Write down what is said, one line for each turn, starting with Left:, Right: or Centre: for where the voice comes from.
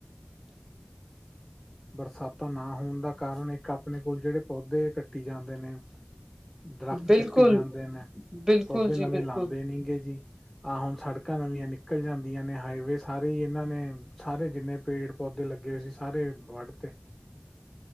Centre: ਬਰਸਾਤਾਂ ਨਾ ਹੋਣ ਦਾ ਕਾਰਨ ਇੱਕ ਆਪਣੇ ਕੋਲ ਜਿਹੜੇ ਪੌਦੇ ਕੱਟੀ ਜਾਂਦੇ ਨੇ। ਦਰਖਤ
Right: ਬਿਲਕੁਲ
Centre: ਕੱਟੀ ਜਾਂਦੇ ਨੇ
Right: ਬਿਲਕੁਲ
Centre: ਪੌਦੇ
Right: ਜੀ
Centre: ਨਵੇਂ
Right: ਬਿਲਕੁਲ
Centre: ਲਾਂਦੇ ਨੀ ਗੇ ਜੀ। ਆਹ ਹੁਣ ਸੜਕਾਂ ਨਵੀਆਂ ਨਿਕਲ ਜਾਂਦੀਆਂ ਨੇ ਹਾਈਵੇ ਸਾਰੇ ਹੀ ਇਹਨਾਂ ਨੇ ਸਾਰੇ ਜਿੰਨੇ ਪੇੜ ਪੌਦੇ ਲੱਗੇ ਹੋਏ ਸੀ ਸਾਰੇ ਵੱਢ ਤੇ